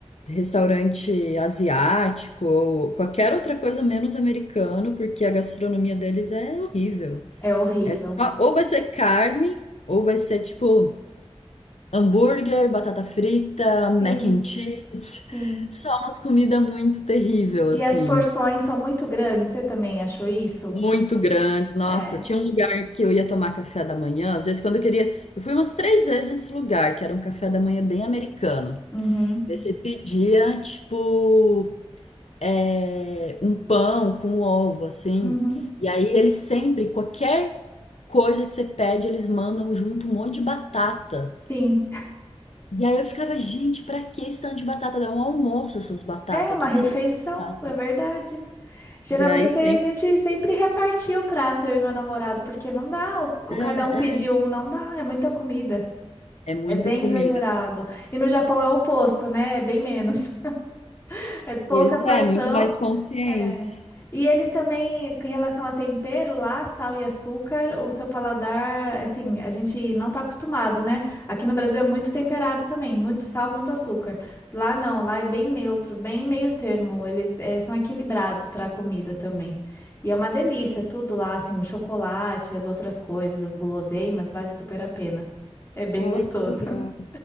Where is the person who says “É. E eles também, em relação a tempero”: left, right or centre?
Left